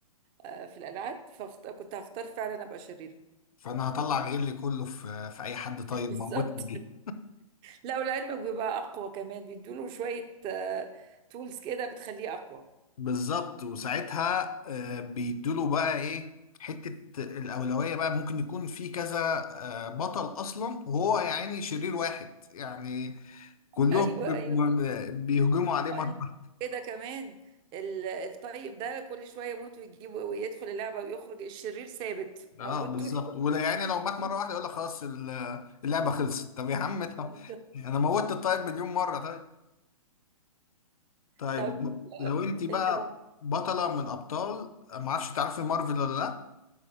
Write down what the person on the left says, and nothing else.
فأنا هطلع غيري كله في في أي حد طيب
موجود في الجيم
بالظبط وساعتها آه، بيدوله بقى إيه حتة الأولوية بقى ممكن يكون في كذا آه، بطل أصلا وهو يعني شرير واحد يعني كلهم
بيهجموا عليه
مره واحدة.
اه بالظبط
ولا يعني لو مات
مره واحده يقول لك خلاص ال- اللعبه خلصت طب يا عم طب
انا موتت الطيب مليون مره طيب طيب
لو
انت بقى
بطله من ابطال ما اعرفش تعرفي مارفل ولا لا